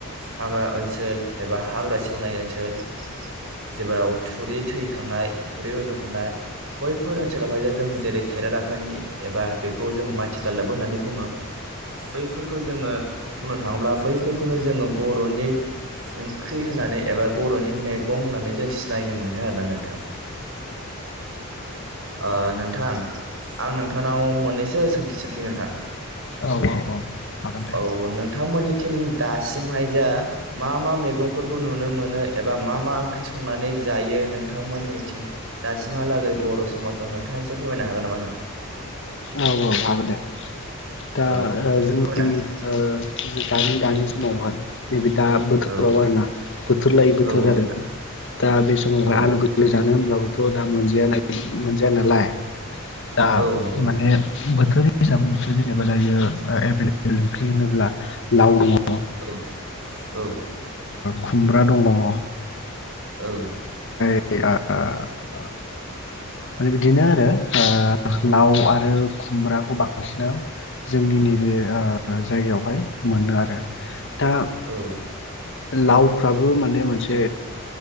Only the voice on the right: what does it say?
हाग्रा ओनसोल एबा हाग्रा सेवनाय ओनसोल जाव थुरि थैखांनाय थुरि रज'खांनाय बैफोर ओनसोलावहाय जों जेरै खेरादाफिनि एबा बेखौ जोंङो माथिगालदाबबो होननानै बुङो बैफोरखौ जोङो बुंनो थाङोब्ला बैफोरखौनो जोङो बर'नि ओंख्रि होननानै एबा बर'नि मेगं होननानै जों सिनायनो मोनो नो आरोना नोंथां ओ नोंथां । आं नोंथांनाव मोननैसो सोंथि सोंनि नोंथां ।
औ नोंथांमोननि टिम दासिमहाय जा मा मा मैगंफोरखौ नुनो मोनो एबा मा मा ओंख्रि संनानै जायो नोंथांमोननिथिं दासिमहालागै बर' समाजाव नोंथाङा एसे फोरमायनो हागोन नामा नोंथां ।
औ नोंथां
फोरमायनो
हागोन
औ नोंथां औ औ
नोंथां
औ
औ नंगौ नोंथां
औ औ
औ
औ